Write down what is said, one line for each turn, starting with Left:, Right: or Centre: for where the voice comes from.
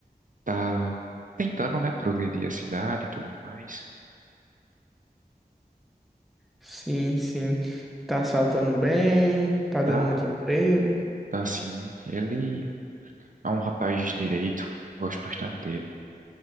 Right: tá tentando, né, progredir a cidade e tudo mais.
Centre: Sim, sim. Tá saltando bem, tá
Right: Tá,
Centre: dando muito emprego.
Right: tá assim. Ele é um rapaz de direito, gosto bastante dele.